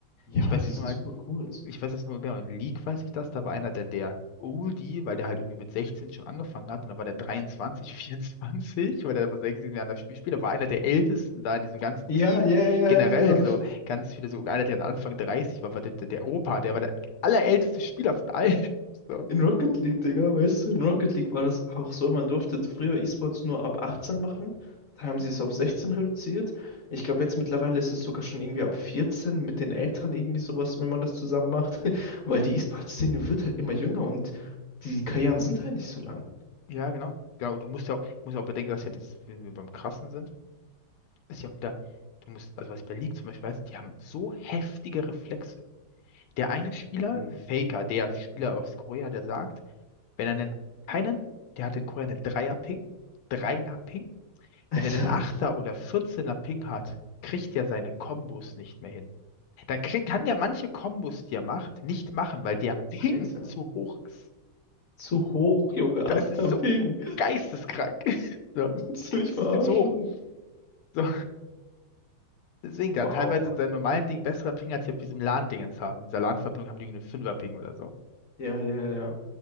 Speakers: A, on the left (about 55°); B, on the left (about 80°).
A: Ja,
B: Ich weiß
A: die
B: es
A: sind
B: nur halt,
A: super kurz.
B: ich weiß es nur, genau, in League weiß ich das, da war einer dann der Oldie, weil der halt irgendwie mit 16 schon angefangen hat und dann war der 23, 24, <laughs> weil der vor sechs, sieben Jahren das Spiel spielt, da war einer der Ältesten da in diesem ganzen
A: Ja,
B: Team.
A: ja, ja,
B: Generell
A: ja, ja.
B: so ganz viele, so einer, der am Anfang 30 war, war der, der der Opa, der war der allerälteste Spieler von allen. <laughs> So.
A: In Rocket League, Digga, weißt du, in Rocket League war das auch so, man durfte früher E-Sports nur ab 18 machen. Da
B: Mhm.
A: haben sie es auf 16 reduziert. Ich glaube, jetzt mittlerweile ist es sogar schon irgendwie ab 14 mit den Eltern irgendwie sowas, wenn man das zusammen macht. <laughs> Weil die E-Sports-Szene wird halt immer jünger und die Karrieren sind halt nicht so lang.
B: Ja, genau. Ja, und du musst ja auch, musst ja auch bedenken, dass ja dieses, wenn wir beim Krassen sind, ist ja auch wieder, du musst, also was ich bei League zum Beispiel weiß, die haben so heftige Reflexe. Der eine Spieler,
A: Hm.
B: Faker, der Spieler aus Korea, der sagt, wenn er einen, einen, der hat in Korea einen Dreier-Ping, Dreier-Ping,
A: Alter,
B: wenn er den Achter oder 14er Ping hat, kriegt er seine Kombos nicht mehr hin. Dann krieg, kann der manche Kombos, die er macht, nicht machen, weil der Ping
A: Alter,
B: zu hoch ist.
A: zu hoch, Junge,
B: Das
A: achter
B: ist so
A: Ping.
B: geisteskrank. <laughs> So,
A: <laughs> Willst du mich
B: es
A: verarschen?
B: ist ihm zu hoch. So. Deswegen, der
A: Wow.
B: hat teilweise in seinem normalen Ding besseren Ping, als sie auf diesem LAN-Dingens haben. Dieser LAN-Verbindung haben die irgendwie einen Fünfer-Ping oder so.
A: Ja, ja, ja.